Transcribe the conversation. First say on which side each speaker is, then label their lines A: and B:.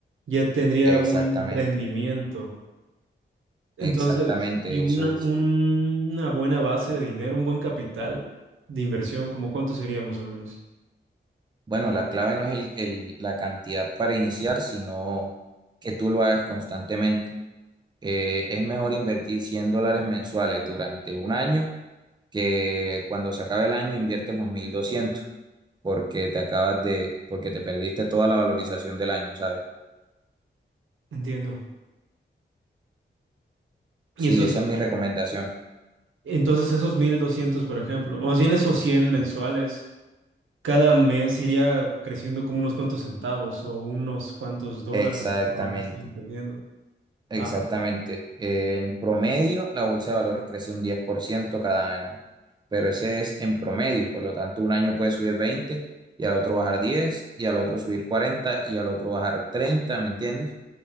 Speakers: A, on the right (about 80°); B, on the right (about 20°).
A: ya tendría
B: exactamente,
A: un rendimiento. Entonces,
B: exactamente,
A: y una,
B: eso es.
A: un- una buena base de dinero, un buen capital de inversión, como cuánto sería más o menos.
B: Bueno, la clave no es el- el- la cantidad para iniciar, sino que tú lo hagas constantemente. Eh, es mejor invertir 100 dólares mensuales durante un año que cuando se acabe el año inviertes los 1.200 porque te acabas de, porque te perdiste toda la valorización del año, ¿sabes?
A: Entiendo.
B: Sí,
A: Y esos,
B: esa es mi recomendación.
A: entonces esos 1200, por ejemplo, o más bien esos 100 mensuales, cada mes iría creciendo como unos cuantos centavos o unos cuantos dólares,
B: Exactamente.
A: por lo que estoy entendiendo.
B: Exactamente.
A: Ah,
B: Eh, en promedio, la bolsa de valores crece un 10% cada año, pero ese es en promedio. Por lo tanto, un año puede subir 20 y al otro bajar 10 y al otro subir 40 y al otro bajar 30, ¿me entiendes?